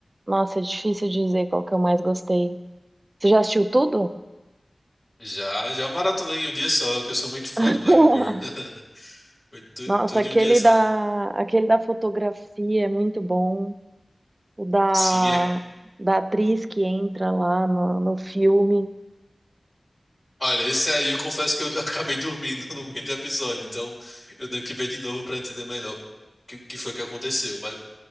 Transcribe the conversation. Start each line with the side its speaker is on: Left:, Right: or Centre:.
Right: nossa, é difícil dizer qual que eu mais gostei. Você já assistiu tudo?
Left: Já, já maratonei em um dia só, que eu sou muito fã
Right: <laughs>
Left: de Black Mirror. <laughs> Foi tu-
Right: Nossa,
Left: tudo
Right: aquele
Left: em um dia só.
Right: da, aquele da fotografia é muito bom. O da,
Left: Sim, é...
Right: da atriz que entra lá no, no filme.
Left: olha, esse aí eu confesso que eu <laughs> acabei dormindo no meio do episódio, então eu tenho que ver de novo para entender melhor o que, que foi que aconteceu, mas,